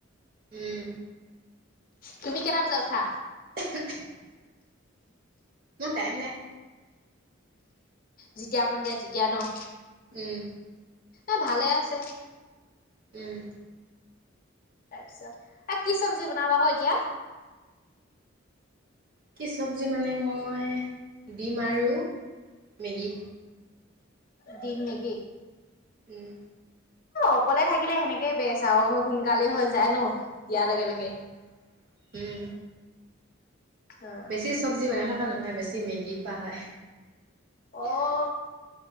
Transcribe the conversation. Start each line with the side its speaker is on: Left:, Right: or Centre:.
Right: উমঁ।
Left: তুমি কেইটা বজাত উঠা?
Right: <unintelligible> মোৰ টাইম নাই।
Left: যেতিয়া মন যায় তেতিয়া ন'।
Right: উমঁ।
Left: এ ভালে আছে।
Right: উম।
Left: তাৰপিছত। এ কি চব্জি বনাবা আকৌ এতিয়া?
Right: কি চব্জি মানে মই, ডিম আৰু মেগী।
Left: ডিম মেগী?
Right: উম।
Left: অকলে থাকিলে সেনেকেই বেচ আৰু সোনকালে হৈ যায় ন? দিয়াৰ লগে,
Right: উম,
Left: লগে।
Right: উম,
Left: অ'।
Right: বেছি চব্জি বনাই খোৱা নহয়, বেছি মেগী খোৱা হয়।
Left: অ'।